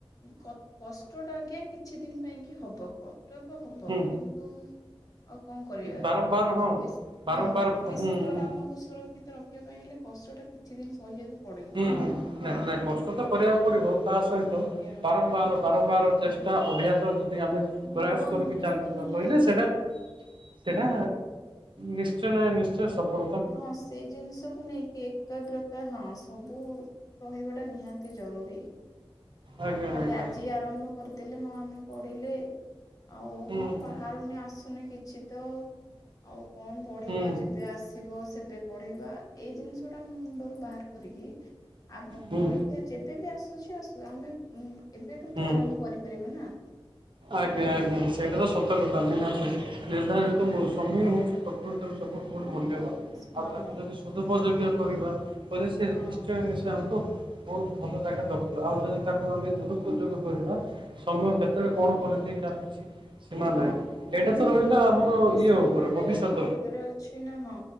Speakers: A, on the left; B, on the right.
A: କଷ୍ଟ ଟା ଆଜ୍ଞା କିଛି ଦିନ ପାଇଁ କି ହବ କଷ୍ଟ ତ ହବ,
B: ହୁଁ
A: କିନ୍ ନ୍ତୁ ଆଉ କଣ କରିବା
B: ବାରମ୍ବାର ହଁ
A: ଭବିଷ
B: ବାରମ୍ବାର
A: ହଁ ଭବିଷ୍ୟତଟା
B: ହୁଁ
A: ଆମକୁ ସୁର କ୍ଷିତ ରଖିବା ପାଇଁ ହେଲେ କଷ୍ଟଟା କିଛି ଦିନ ସହିୟାକୁ ପଡିବ।
B: ହୁଁ ନାଇଁ ନାଇଁ କଷ୍ଟ ତ କରିବାକୁ ପଡିବ, ତା ସହିତ
A: ଆଜ୍ଞା
B: ବାରମ୍ବାର ବାରମ୍ବାର ଚେଷ୍ଟା ଅଭ୍ୟାସ ଯଦି ଆମେ ପ୍ରୟାସ
A: ହଁ
B: କରିକି
A: ନିହାତି
B: ଚାଲିଥିବା
A: ନିହାତି।
B: କହିଲେ ସେଟା ସେଇଟା ନିଶ୍ଚୟ ନା ନିଶ୍ଚୟ ସଫଳ
A: ହଁ ସେ ଜିନିଷକୁ ନେଇକି ଏକାଗ୍ରତା। ତ ହଁ ସବୁ ରହିବାଟା ନିହାତି ଜରୁରୀ।
B: ଆଜ୍ଞା
A: ଆଉ ଖାଲି
B: ଆଜ୍ଞା
A: ଆଜି ଆରମ୍ଭ କରିଦେଲେ ହଁ ଆମେ ପଢିଲେ ଆଉ
B: ହୁଁ
A: ହଁ
B: ହୁଁ
A: ବାହାରୁନି ଆସୁନି କିଛି ତ ଆଉ କଣ ପଢିବା
B: ହୁଁ
A: ଯେବେ ଆସି ଯିବ ସେବେ ପଢିବା, ଏଇ ଜିନିଷଟା ମୁଣ୍ଡରୁ ବାହାର କରିକି ଆଗ
B: ହୁଁ
A: ପ ହେ ଯେବେବି ଆସୁଚି ଆସୁ ଆମେ ଏବେଠୁ
B: ହୁଁ।
A: ତ ଆରମ୍ଭ କରିପାରିବା ନା।
B: ଆଜ୍ଞା ଆଜ୍ଞା ସେଇଟା ତ ସତ କଥା ନିହାତି। ନିର୍ଦ୍ଧାରିତ ମୋ ସମୟ ହଉଛି ପ୍ରକୃତ ସବୁଠୁ <unintelligible> ମୂଲ୍ୟବାନ <unintelligible>
A: ହଁ
B: ଆଉ ତାକୁ ଯଦି ସଦୁପଯୋଗୀ କରିବା କହିଲେ ସେ
A: ହଁ
B: ନିଶ୍ଚୟ ସେ ଆମକୁ ବହୁତ ଭଲ ଜାଗାରେ ରଖିବା, ଆଉ ଯଦି ତାକୁ ଆମେ ଦୁରୁପଯୋଗ କରିବା ସମୟ କେତେବେଳେ କଣ କରିଦିଏ କାହାର କିଛି ସୀମା ନାହିଁ। ଏଇଟା ତ ରହିଲା ଆମର
A: ହଁ ଏଇ ସମୟ
B: ଇଏ ଉପରେ
A: ଟା
B: ଭବିଷ୍ୟତ
A: ହିଁ ଆମ ହାତରେ ଅଛି ନା ହଁ